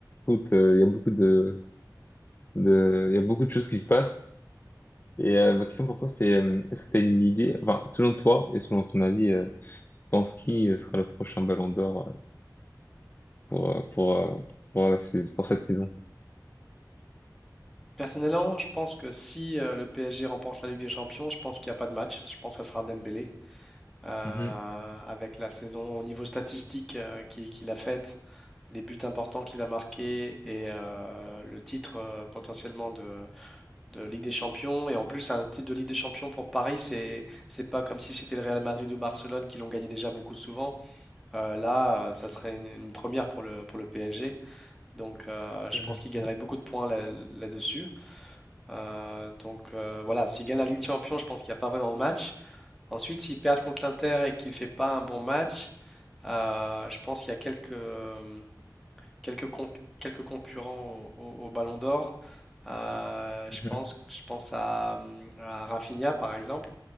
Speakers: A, on the left; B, in the centre.
A: Écoute, euh, il y a beaucoup de, de, il y a beaucoup de choses qui se passent. Et euh, ma question pour toi, c'est euh, est-ce que tu as une idée, enfin, selon toi et selon ton avis, euh, tu penses qui euh, sera le prochain Ballon d'Or euh, pour, euh, pour, euh, pour, la sais- pour cette saison?
B: Personnellement, je pense que si euh, le PSG remporte la Ligue des Champions, je pense qu'il n'y a pas de match. Je pense que ça sera Dembélé. Euh,
A: Mhm,
B: avec la saison au niveau statistique euh, qui- qu'il a faite, les buts importants qu'il a marqués et euh, le titre euh, potentiellement de, de Ligue des Champions. Et en plus, un titre de Ligue des Champions pour Paris, c'est, c'est pas comme si c'était le Real Madrid ou Barcelone qui l'ont gagné déjà beaucoup souvent. Euh, là, euh, ça serait une, une première pour le, pour le PSG. Donc, euh, je
A: mhm,
B: pense qu'il gagnerait beaucoup de points là- là-dessus. Euh, donc euh, voilà, s'ils gagnent la Ligue des Champions, je pense qu'il n'y a pas vraiment de match. Ensuite, s'ils perdent contre l'Inter et qu'il ne fait pas un bon match, euh, je pense qu'il y a quelques, euh, quelques, con- quelques concurrents au, au- au Ballon d'Or. Euh, je
A: mhm.
B: pense, je pense à, hum, à Rafinha, par exemple,